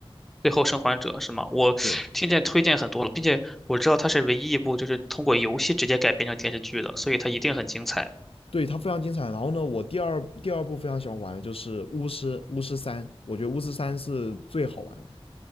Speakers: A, in the centre; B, on the left.
A: 最后生还者是吗？我
B: 对，
A: <sucks teeth> 听见推荐很多了，并且我知道它是唯一一部就是通过游戏直接改编成电视剧的，所以它一定很精彩。
B: 对，它非常精彩。然后呢，我第二第二部非常喜欢玩的就是巫师，巫师三，我觉得巫师三是最好玩的，